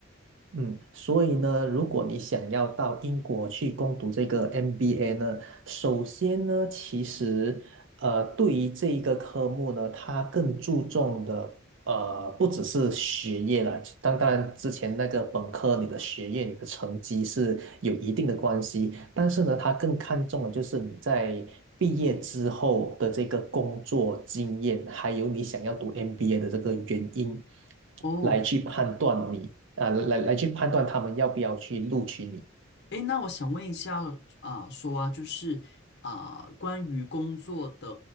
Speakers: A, on the right; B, on the left.
A: 嗯，所以呢，如果你想要到英国去攻读这个 MBA 呢，首先呢，其实呃，对于这一个科目呢，它更注重的呃，不只是学业啦，当当然之前那个本科你的学业、你的成绩是有一定的关系，但是呢，它更看重的就是你在毕业之后的这个工作经验，还有你想要读 MBA 的这个原因。
B: 哦，
A: 来去判断你啊，来来去判断他们要不要去录取你。
B: 诶，那我想问一下啊、说啊，就是啊、关于工作的